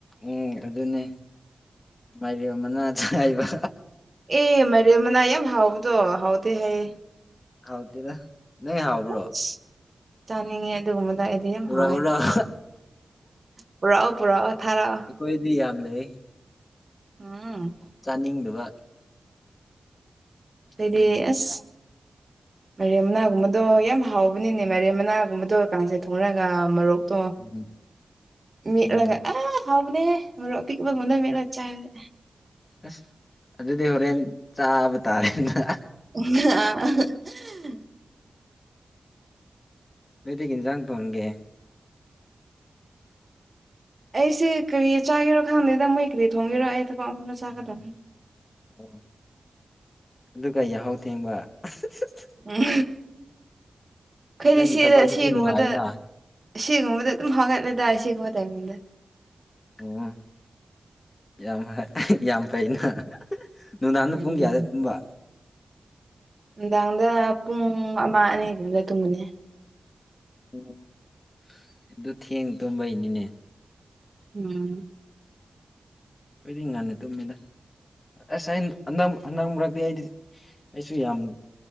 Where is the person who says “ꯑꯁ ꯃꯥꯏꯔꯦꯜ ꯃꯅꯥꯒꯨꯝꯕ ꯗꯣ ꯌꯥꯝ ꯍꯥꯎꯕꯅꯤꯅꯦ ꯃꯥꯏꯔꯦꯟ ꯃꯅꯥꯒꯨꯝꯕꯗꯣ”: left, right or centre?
Right